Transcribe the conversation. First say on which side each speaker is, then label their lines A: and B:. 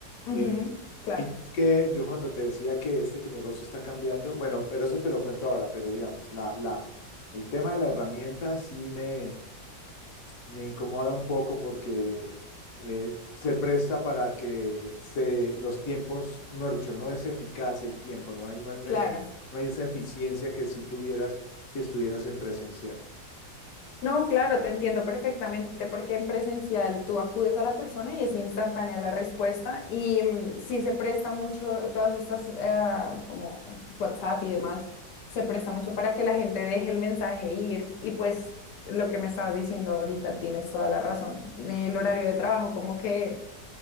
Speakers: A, on the left; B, on the left.
A: ujú,
B: Eh,
A: claro,
B: y no es que yo cuando te decía que este que negocio está cambiando, bueno, pero eso te lo cuento ahora, pero digamos, la, la, el tema de la herramienta sí me, me incomoda un poco porque eh, se presta para que se, los tiempos, mejor dicho, no es eficaz el tiempo, no hay, no hay, una,
A: claro.
B: no hay esa eficiencia que si tuvieras, si estuvieras en presencial.
A: No, claro, te entiendo perfectamente porque en presencial tú acudes a la persona y es instantánea la respuesta y mm, sí se presta mucho, todas estas eh, como WhatsApp y demás, se presta mucho para que la gente deje el mensaje ir y pues lo que me estabas diciendo ahorita tienes toda la razón. El horario de trabajo como que